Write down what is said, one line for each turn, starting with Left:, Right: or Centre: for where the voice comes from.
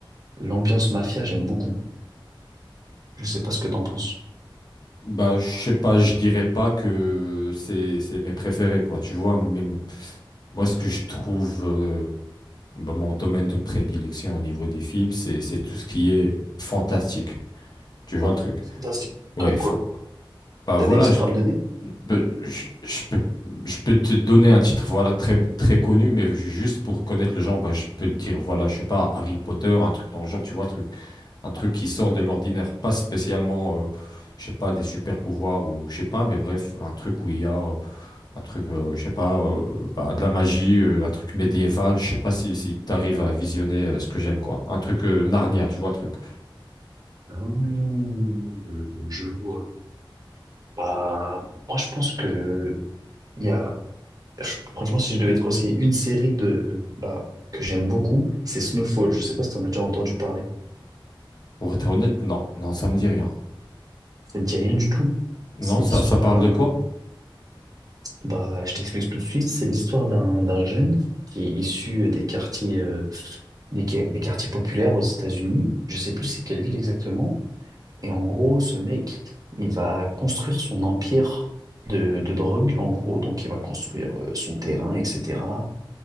Right: L'ambiance mafia, j'aime beaucoup. Je sais pas ce que t'en penses.
Left: Bah, je sais pas, je dirais pas que c'est, c'est mes préférés, quoi, tu vois, mais moi, ce que je trouve, euh, bah, mon domaine de prédilection au niveau des films, c'est, c'est tout ce qui est fantastique, tu vois le truc.
Right: Fantastique.
Left: Ouais,
Right: Comme
Left: fa-
Right: quoi?
Left: Bah
Right: T'as
Left: voilà,
Right: des titres
Left: je,
Right: à me donner?
Left: bah, je, je peux, je peux te donner un titre voilà très très connu, mais ju- juste pour connaître le genre, bah, je peux te dire voilà, je sais pas Harry Potter, un truc dans le genre, tu vois, le truc, un truc qui sort de l'ordinaire, pas spécialement, euh, je sais pas des super pouvoirs ou je sais pas, mais bref, un truc où il y a euh, un truc, euh, je sais pas, euh, bah, de la magie, euh, un truc médiéval, je sais pas si si t'arrives à visionner euh, ce que j'aime quoi, un truc euh, Narnia, tu vois le truc.
Right: Mmh, je vois. Bah, moi, je pense que il y a, franchement, si je devais te conseiller une série de, bah, que j'aime beaucoup, c'est Snowfall. Je sais pas si t'en as déjà entendu parler.
Left: Pour être honnête, non, non, ça me dit rien.
Right: Ça te dit rien du tout.
Left: Non,
Right: C'est
Left: ça
Right: l'histoire
Left: ça parle
Right: d'un,
Left: de quoi?
Right: bah, je t'explique tout de suite. C'est l'histoire d'un, d'un jeune qui est issu des quartiers, euh, des, qua- des quartiers populaires aux États-Unis. Je sais plus c'est quelle ville exactement, Et en gros, ce mec, il va construire son empire de, de drogue, en gros. Donc, il va construire euh, son terrain, etc.